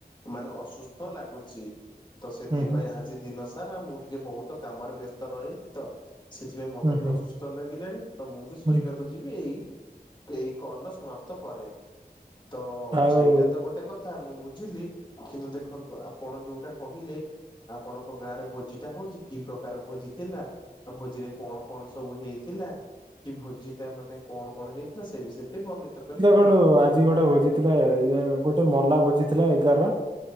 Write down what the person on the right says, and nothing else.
ହୁଁ ହୁଁ
ହୁଁ ହୁଁ
ହୁଁ
ଆଉ
ଦେଖଣୁ
ଆଜି ଗୋଟେ ଭୋଜି ଥିଲା ଇ ଗୋଟେ ମଲା ଭୋଜି ଥିଲା ଏଗାର ର